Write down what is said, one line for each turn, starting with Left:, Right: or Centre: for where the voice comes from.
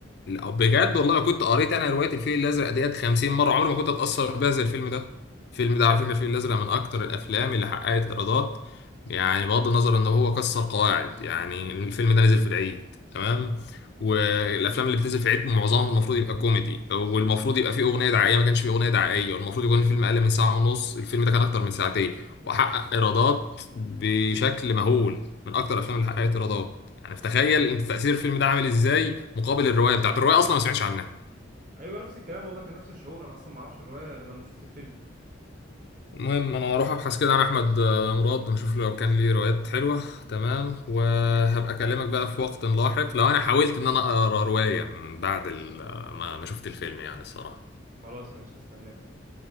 Left: لا، بجد والله لو كنت قريت انا روايه الفيل الازرق ديت 50 مره عمري ما كنت اتاثر بيها زي الفيلم ده الفيلم ده على فكره الفيل الازرق من اكتر الافلام اللي حققت ايرادات يعني بغض النظر ان هو كسر قواعد يعني الفيلم ده نزل في العيد تمام والافلام اللي بتنزل في العيد معظمها المفروض يبقى كوميدي والمفروض يبقى فيه اغنيه دعائيه ما كانش فيه اغنيه دعائيه والمفروض يكون الفيلم اقل من ساعه ونص الفيلم ده كان اكتر من ساعتين وحقق ايرادات بشكل مهول من اكتر الافلام اللي حققت ايرادات يعني فتخيل انت تاثير الفيلم ده عامل ازاي مقابل الروايه بتاعت الروايه اصلا ما سمعتش عنها
Right: ايوه نفس الكلام والله كان نفس الشعور انا اصلا ما اعرفش الروايه غير لما شفت الفيلم
Left: المهم انا هروح ابحث كده عن احمد آه، مراد نشوف لو كان ليه روايات حلوه تمام وهبقى اكلمك بقى في وقت لاحق لو انا حاولت ان انا اقرا روايه من بعد ال- آه، ما ما شفت الفيلم يعني الصراحه
Right: خلاص ماشي هستناك يا صاحبي